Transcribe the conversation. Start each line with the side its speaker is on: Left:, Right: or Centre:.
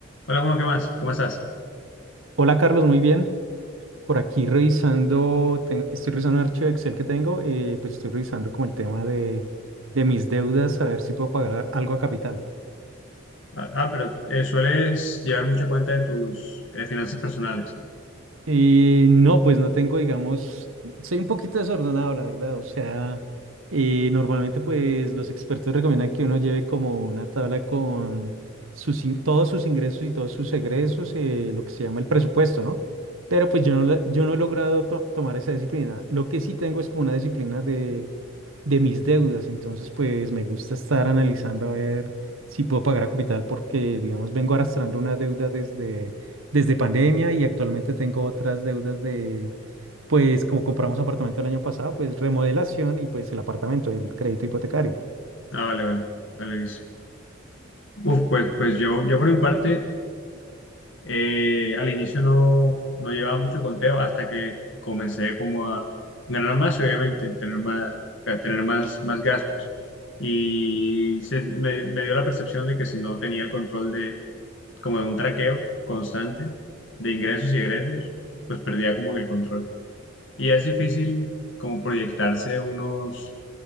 Left: Hola Juan, ¿qué más? ¿Cómo estás?
Right: Hola Carlos, muy bien. Por aquí revisando, ten- estoy revisando un archivo de Excel que tengo, eh, pues estoy revisando como el tema de, de mis deudas, a ver si puedo pagar algo a capital.
Left: Ah, ah, pero eh, sueles llevar mucho cuenta de tus eh, finanzas personales.
Right: Y no, pues no tengo, digamos, soy un poquito desordenado, la verdad. O sea, eh, normalmente pues los expertos recomiendan que uno lleve como una tabla con sus, in- todos sus ingresos y todos sus egresos, eh, lo que se llama el presupuesto, ¿no? Pero pues yo no, la- yo no he logrado to- tomar esa disciplina. Lo que sí tengo es como una disciplina de, de mis deudas. Entonces pues me gusta estar analizando a ver si puedo pagar a capital porque, digamos, vengo arrastrando una deuda desde desde pandemia y actualmente tengo otras deudas de, pues como compramos apartamento el año pasado, pues remodelación y pues el apartamento, el crédito hipotecario.
Left: Ah, vale, vale, vale, listo. Uf, pues, pues yo, yo por mi parte, eh, al inicio no, no llevaba mucho conteo hasta que comencé como a ganar más y obviamente tener más, ga- tener más, más gastos. Y se, me, me dio la percepción de que si no tenía el control de, como de un traqueo constante de ingresos y egresos, pues perdía como que el control. Y es difícil como proyectarse unos